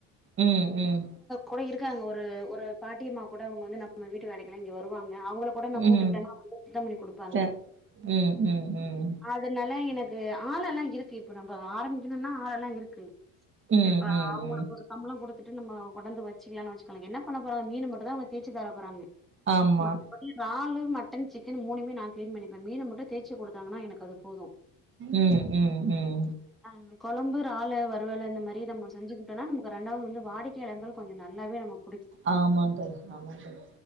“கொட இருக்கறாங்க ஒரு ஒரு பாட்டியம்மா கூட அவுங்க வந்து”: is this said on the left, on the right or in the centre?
Centre